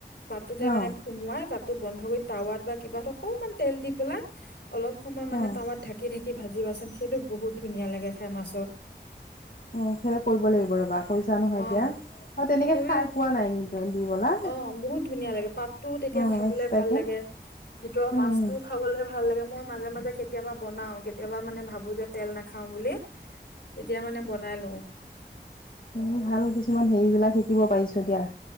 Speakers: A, on the left; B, on the left.
A: পাটটোতে মানে
B: অ
A: সোমোৱাই তাত টো বন্ধ কৰি টাৱাত বা কিবা অকমান তেল দি পেলাই অলপ সময় মানে
B: অ
A: তাৱাত ঢাকি থাকি কি ভাজিবাচোন সেইটো বহুত ধুনীয়া লাগে খাই মাছৰ।
B: উ সেয়াই কৰিব লাগিব ৰবা কৰিছা নহয়।
A: অ
B: এতিয়া অ তেনেকে
A: সেইবিলাক,
B: খাই পোৱা নাই কিন্তু দি বলা
A: অ বহুত ধুনীয়া লাগে, পাতটোও তেতিয়া
B: অ
A: খাবলে
B: এক্সট্ৰাকে
A: ভাল লাগে ভিতৰৰ
B: উম
A: মাছটোও খাবলে ভাল লাগে। মই মাজে মাজে কেতিয়াবা বনাও, কেতিয়াবা মানে ভাবো যে তেল নাখাও বুলি। তেতিয়া মানে বনাই লও।
B: উ ভাল কিছুমান হেৰিবলাক শিকিব পাৰিছো দিয়া।